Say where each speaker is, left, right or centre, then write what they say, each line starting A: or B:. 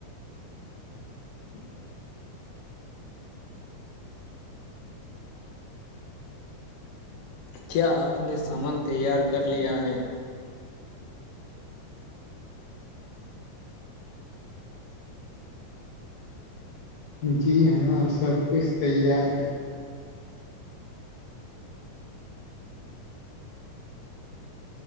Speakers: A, on the left; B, on the left.
A: <unintelligible> کیا آپ نے سامان تیار کر لیا ہے
B: جی ہاں سب کچھ تیار ہے